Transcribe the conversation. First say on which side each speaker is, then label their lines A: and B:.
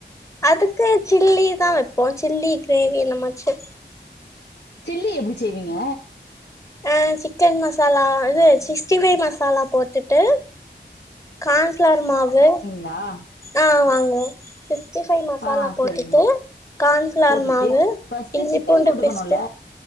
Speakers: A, on the left (about 15°); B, on the left (about 75°).
A: அதுக்கு சில்லி தா வைப்போ சில்லி கிரேவி என்ன மாச்சு
B: சில்லி எப்டி செய்வீங்க
A: அ சிக்கன் மசாலா இது சிக்ஸ்டி ஃபைவ் மசாலா போட்டுட் டு கான்பிளார் மாவு
B: ளா
A: ஆமாங்க சிக்ஸ்டி ஃபைவ் மசாலா
B: ஆ
A: போட்டுட்டு
B: சரிங்க
A: கான்பிளார்
B: போட்டுட்டு
A: மாவு
B: ஃபர்ஸ்ட்
A: இஞ்சி
B: சிக்கன்
A: பூண்டு
B: போட்டுக்கணும்ல
A: பேஸ்ட்டு